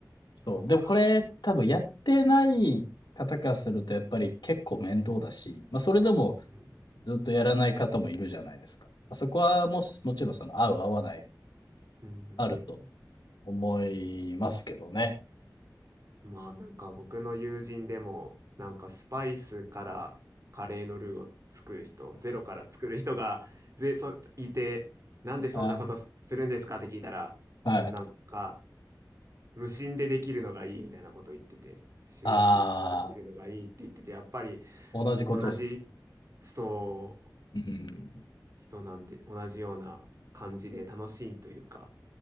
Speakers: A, on the left; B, on the right.
A: そう。
B: そうか。
A: でもこれ多分やってない方からするとやっぱり結構面倒だし、まあそれでも
B: うん。
A: ずっとやらない方もいるじゃないですか。まあそこはもし、もちろんその合う合わない
B: うん。
A: あると思いますけどね。
B: まあなんか僕の友人でも、なんかスパイスからカレーのルーを作る人、ゼロから作る人が、ぜ、そ、いて、なんでそんなことするんですかって聞いたら、
A: あ、<laughs> はい。
B: うん、なんか、無心でできるのがいいみたいなことを言ってて、集中してできるのがいいって言ってて、
A: あ
B: やっぱり、
A: あ、同じことっす
B: 同じそう、
A: ね。うん。
B: 人なんで、同じような感じで楽しいというか、